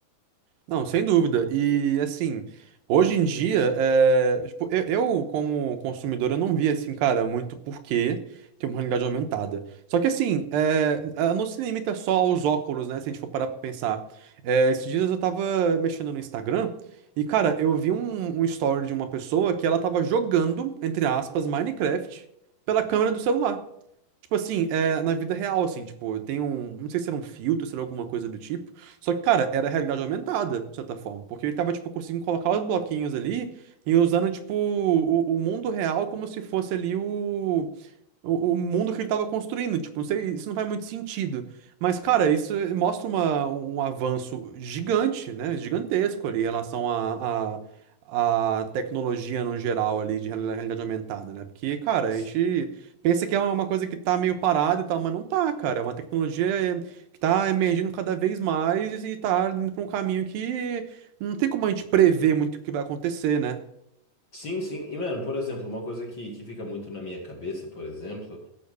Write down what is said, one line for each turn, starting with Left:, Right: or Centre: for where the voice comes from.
Right: Não, sem dúvida. E assim, hoje em dia, é, tipo, eu, eu, como consumidor, eu não vi assim, cara, muito porquê ter uma realidade aumentada. Só que assim, é, ela não se limita só aos óculos, né? Se a gente for parar pra pensar. É, esses dias eu tava mexendo no Instagram e, cara, eu vi um, um story de uma pessoa que ela tava jogando, entre aspas, Minecraft pela câmera do celular. Tipo assim, é, na vida real, assim, tipo, tem um. Não sei se era um filtro, se era alguma coisa do tipo. Só que, cara, era realidade aumentada, de certa forma. Porque ele tava, tipo, conseguindo colocar os bloquinhos ali e usando, tipo, o, o mundo real como se fosse ali o. O, o mundo que ele tava construindo, tipo, não sei, isso não faz muito sentido. Mas, cara, isso mostra uma, um avanço gigante, né? Gigantesco ali em relação à à à tecnologia no geral ali de reali- realidade aumentada, né? Porque, cara, a
Left: S-
Right: gente pensa que é uma coisa que tá meio parada e tal, mas não tá, cara. É uma tecnologia eh, que tá emergindo cada vez mais e tá indo pra um caminho que não tem como a gente prever muito o que vai acontecer, né?
Left: Sim, sim. E, mano, por exemplo, uma coisa que, que fica muito na minha cabeça, por exemplo.